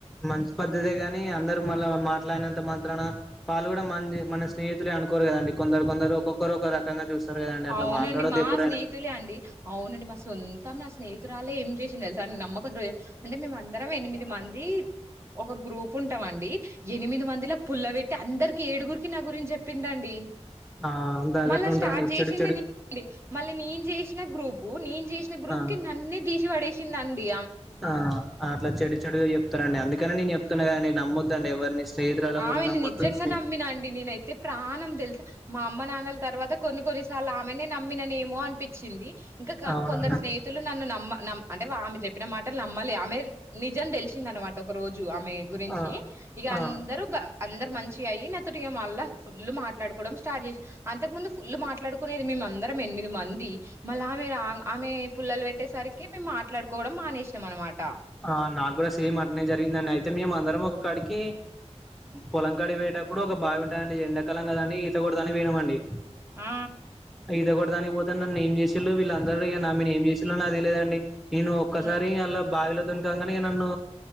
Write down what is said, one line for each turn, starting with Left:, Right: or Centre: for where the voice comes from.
Centre: మంచి పద్ధతే కాగాని అందరుూ మళ్ళ మాట్లాడినంత మాత్రాన వాళ్ళు కూడా మ మన స్నేహితులే అనుకోరు కదండి కొందరు కొందరు ఒక్కొక్కరు ఒక రకంగా చూస్తారు కదండి అట్లా
Right: అవునండి
Centre: మాట్లాడొద్దు
Right: మా
Centre: ఎప్పుడైనా
Right: స్నేహితులే అండి అవునండి, మా సొంతం నా స్నేహితురాలే ఏం చేసింది తెలు సరే నమ్మకు ద అంటే మేమ అందరం ఎనిమిది మంది ఒక గ్రూప్ ఉంటాం అండి ఎనిమిది మందిల పుల్లవట్ అందరికి ఏడుగురికి నా గురించి చెప్పిందండి
Centre: ఆ అంత అదీ
Right: మళ్ళా
Centre: ఎట్లా ఉంటాదడి
Right: స్టార్ట్
Centre: ఏచ్చిదీ
Right: చేసింది మళ్ళీ నేను చేసిన గ్రూపు నేను చేసిన గ్రూప్
Centre: ఆ
Right: కి నన్నే తీసి పడేసింది ఉంది
Centre: ఆ అట్లా చెడి చెడుగా చెప్తారండి అందుకని నేను చెప్తున్నా కదండి నమ్మొద్దండి ఎవరిని స్నేహితురాలను
Right: ఆమెను
Centre: కూడా నమ్మొద్దు
Right: నిజంగా
Centre: స్నే
Right: నమ్మినా అండి నేనైతే ప్రాణం తెలుసా మా అమ్మ నాన్నలు తర్వాత కొన్ని కొన్ని చాలా ఆమెనే నమ్మిననే ఏమో అనిపించింది, ఇంకా
Centre: అవునండి
Right: కొందరు స్నేహితులు నన్ను నమ్మ నమ్ అంటే ఆమె చెప్పిన మాటలు నమ్మాల ఆమె నిజం తెలిసింద అనమాట ఒక రోజు ఆమె
Centre: ఆ
Right: ఇ అందరుూ
Centre: ఆ
Right: అందరు మంచిగా అయి నా తోటిగా మళ్ళా ఫుల్ మాట్లాడుకోవడం స్టార్ట్ చేసి అంతకు ముందు ఫుల్లు మాట్లాడుకునేది మేమందరం ఎనిమిది మంది మళ్ళమె రాంగ్ అమె పుల్లలు పెట్టేసరికి మేము మాట్లాడుకోవడం మానే ఇష్టం అనమాట
Centre: ఆ నా కూడా సేమ్ అంటనే జరిగిందండి అయితే తే మేము అందరం ఒకక్కడికి పొలంకాడి వేట ఇప్పుడు ఒక బావింటాడి ఎండాకాలం కదండడి ఈతకూడదని వినమండి
Right: ఆ
Centre: ఇదగ కూడాడాానికి పోతే నన్ను ఏం చే వీళ్ళు వీళ్ళందరరు నా మీద ఏం చేస్ నాది లేదండి నేను ఒక్కసారి
Right: హ్మ్.
Centre: అలా బావిలో అంగ నన్ను